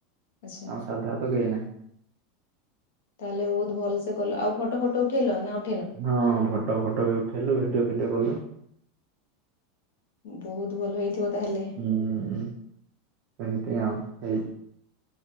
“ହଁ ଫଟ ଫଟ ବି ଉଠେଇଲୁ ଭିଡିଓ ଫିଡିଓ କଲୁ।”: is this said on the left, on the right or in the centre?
Right